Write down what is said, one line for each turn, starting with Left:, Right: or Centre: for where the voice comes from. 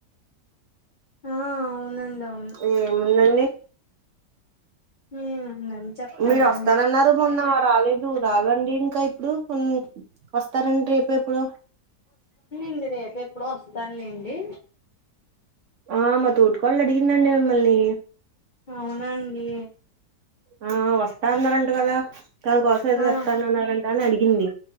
Left: ఆ అవునండి అవును
Right: ఏముందండి.
Left: ఏముందని చెప్పాలండి
Right: మీరస్తతారన్ననారు ఇడు మొన్న రాలేదు రదండి ఇంకా ఇప్పుడు ఉ వస్తారండి రేపు ఎప్పుడో
Left: <unintelligible> అప్పుడు వస్తాన్ లేండి.
Right: ఆ మా తోటి కోడలు అడిగందండి మిమల్ని
Left: అవునండి.
Right: ఆ వస్తా అన్నారంట కదా తన కోసం ఏదో
Left: ఆ
Right: తెస్తానన్నారంట అని అడిగింది